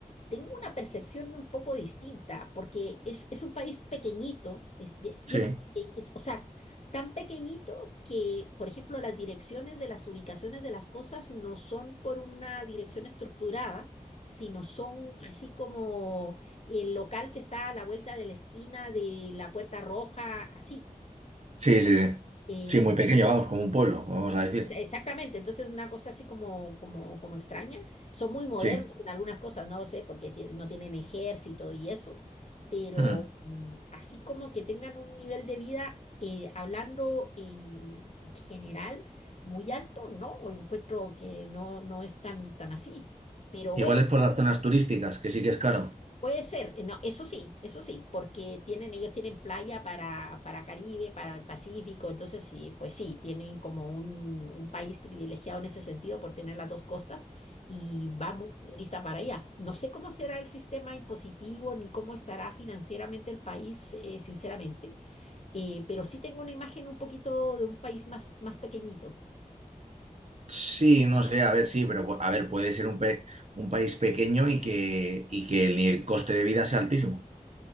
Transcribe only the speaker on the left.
tengo una percepción un poco distinta, porque es, es un país pequeñito, es, bi- es
bien, peque- es- o sea, tan pequeñito que, por ejemplo, las direcciones de las ubicaciones de las cosas no son por una dirección estructurada, sino son así como el local que está a la vuelta de la esquina de la Puerta Roja, así.
Em,
e-,
exactamente, entonces una cosa así como, como, como extraña. Son muy modernos
en algunas cosas, no lo sé, porque ti- no tienen ejército y eso, pero
mm, así como que tengan un nivel de vida, eh, hablando en general, muy alto, ¿no? O encuentro que no, no es tan, tan así. Pero
bueno,
Puede ser, eh, no, eso sí, eso sí, porque tienen, ellos tienen playa para, para Caribe, para el Pacífico, entonces sí, pues sí, tienen como un, un país privilegiado en ese sentido por tener las dos costas y va mucho turista para allá. No sé cómo será el sistema impositivo ni cómo estará financieramente el país, eh, sinceramente, eh, pero sí tengo una imagen un poquito de un país más, más pequeñito.